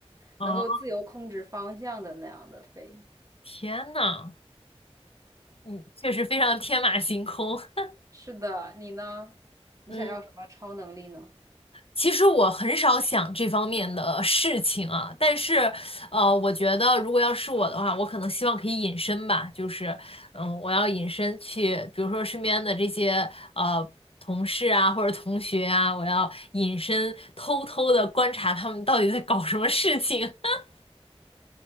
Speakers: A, on the left; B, on the right.
A: 哦，
B: 能够自由控制方向的那样的飞。
A: 天呐，嗯，确实非常天马行空。<laughs>
B: 是的，你呢？你想要什么超能力呢？
A: 嗯，其实我很少想这方面的事情啊，但是，呃，我觉得如果要是我的话，我可能希望可以隐身吧，就是，嗯，我要隐身去，比如说身边的这些呃同事啊或者同学啊，我要隐身偷偷的观察他们到底在搞什么事情。<laughs>